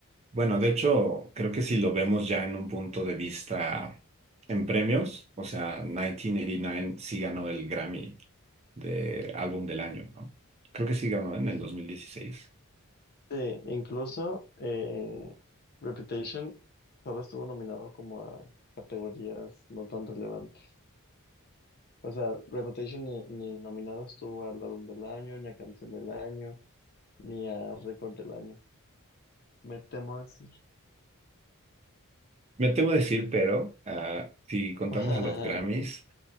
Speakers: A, on the right; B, on the left.
A: Bueno, de hecho, creo que si lo vemos ya en un punto de vista en premios, o sea, 1989 sí ganó el Grammy de álbum del año, ¿no? Creo que sí ganó en el dos mil dieciséis.
B: Sí, incluso eh, Reputation solo estuvo nominado como a categorías no tan relevantes. O sea, Reputation ni, ni nominado estuvo al álbum del año, ni a canción del año, ni a récord del año. Me temo así.
A: Me temo decir, pero ah, si contamos
B: <laughs>
A: a los Grammys,